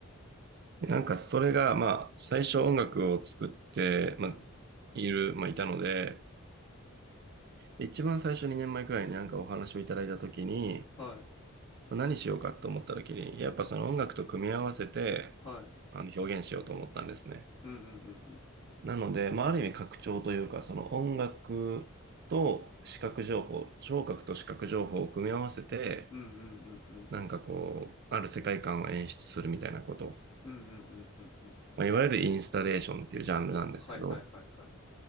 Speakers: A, on the right; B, on the left.
A: ね。なんかそれが、まあ、最初音楽を作って、まあ、
B: うん。
A: いる、まあ、いたので、一番最初2年前くらいになんかお話をいただいたときに、
B: はい。
A: まあ何しようかと思ったときに、やっぱその音楽と組み合わせて、
B: はい。
A: あの、表現しようと思ったんですね。
B: うんうんうんうん。
A: なので、まあ、ある意味拡張というか、その音楽と視覚情報、聴覚と視覚情報を組み合わせて、
B: うんうんうんうんうん。
A: なんかこう、ある世界観を演出するみたいなこと、
B: うんうんうんうんうん。
A: まあ、いわゆるインスタレーションっていうジャンルなんですけど、
B: はいはいはいはい。